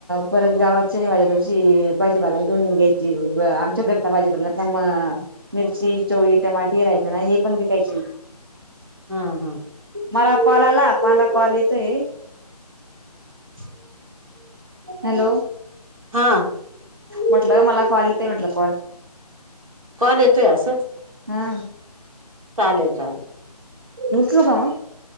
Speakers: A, on the right (about 35°); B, on the right (about 55°).
A: परत गावाातच नाही माझ्या दिवशी भाजीपाला घेऊन घ्यायची आमच्या घरता भाजीपाला त्यामुळे मिरची चवळी टमाटे राहायची नाही हे पण विकायचं
B: हा हा
A: मला कॉल आला मला कॉल येतोय हे
B: हो
A: हॅलो
B: हा
A: म्हटलं मला कॉल येते म्हटलं कॉल
B: कॉल येतोयसं
A: हा
B: चालेल चालेल
A: उचलू का मग